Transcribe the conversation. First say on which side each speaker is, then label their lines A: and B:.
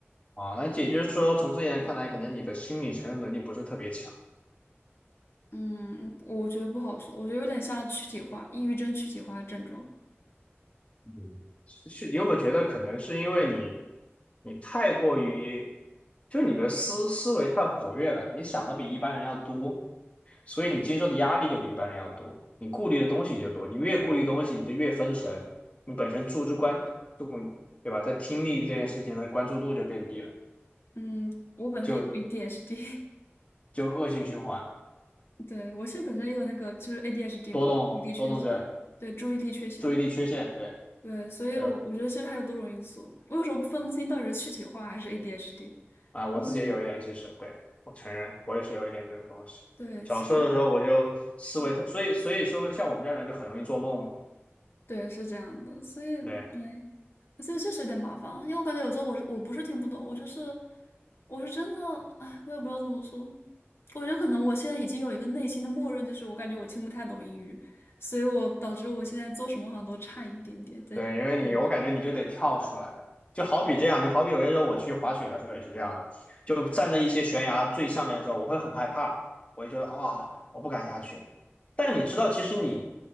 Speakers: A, on the left; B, on the left.
A: 啊，那也就是说，从这一点看来，可能你的心理承受能力不是特别强。
B: 嗯，我觉得不好说，我觉得有点像躯体化，抑郁症躯体化的症状。
A: 嗯，是你有没有觉得可能是因为你你太过于，就你的思思维太活跃了，你想的比一般人要多，所以你经受的压力就比一般人要多，你顾虑的东西就多，你越顾虑东西，你就越分神，你本身注注关注，对吧？在听力这件事情的关注度就变低了，
B: 嗯，我本身有
A: 就
B: ADHD，
A: 就恶性循环，
B: <laughs> 对，我是本身也有那个就是 ADHD
A: 多动多动症，
B: 嘛，注意力缺陷，对，注意力缺陷，
A: 注意力缺陷，对
B: 对，所以我我觉得其实还有多种因素，
A: 对，
B: 我有时候不分不清到底是躯体化还是 ADHD，
A: 啊，我自己也有一点，
B: 因为
A: 其实对我承认，我也是有一点这种东西。
B: 对，
A: 小时候的时候，
B: 像你，
A: 我就思维特，
B: 嗯
A: 所以所以说，像我们这样的人就很容易做梦嘛。
B: 对，是这样的，所以，哎。
A: 对，
B: 所以确实有点麻烦，因为我感觉有时候我是我不是听不懂，我就是我是真的，哎，我也不知道怎么说。我觉得可能我现在已经有一个内心的默认，就是我感觉我听不太懂英语，所以我导致我现在做什么好像都差一点点。在听力，
A: 对，因为你，我感觉你就得跳出来，就好比这样，就好比有些时候我去滑雪的时候也是这样的，就站在一些悬崖最上面的时候，我会很害怕，我会觉得啊、我不敢下去。但你知道，其实你，